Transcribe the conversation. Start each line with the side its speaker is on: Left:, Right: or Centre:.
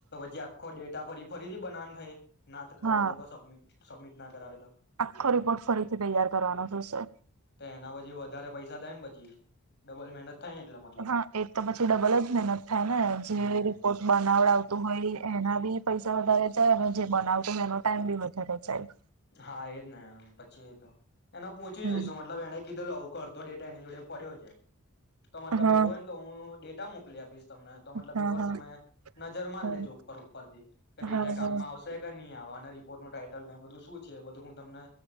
Left: જે આખો ડેટા ફરી ફરીથી બનાન થાય ના તે કરે
Right: હા
Left: એ લોકો સબમિટ સબમિટ ના કરાવે એ તો
Right: આખો રિપોર્ટ ફરીથી તૈયાર કરવાનો થશે
Left: એના પછી વધારે પૈસા થાય ને, પછી ડબલ મહેનત થાય ને એટલે મતલબ
Right: હા એ તો પછી ડબલ જ મહેનત થાય ને, જે
Left: હમ
Right: રિપોર્ટ બનાવડાવતું આવતું હોય એના બી પૈસા વધારે જાય, અને જે બનાવતો હોય એનો ટાઈમ બી વધારે જાય
Left: હા એજ ને પછી એ તો પૂછી
Right: હમ
Left: જોઈશું મતલબ એણે કીધેલો આવું કરતો, ડેટા એની જોડે પડ્યો છે તો મતલબ
Right: હા
Left: એવું હોય ને, તો હું ડેટ ક્યાં મોકલી આપીસ હા! તો મતલબ
Right: હા
Left: એક વાર
Right: હા
Left: તમે નજર માર
Right: હમ
Left: લેજો ઉપર ઉપર થી, કે
Right: હા
Left: ડેટા કામમાં
Right: હા
Left: આવશે કે ની આવવાના રિપોર્ટ નું ટાઈટલ પૂછે બધું હું તમને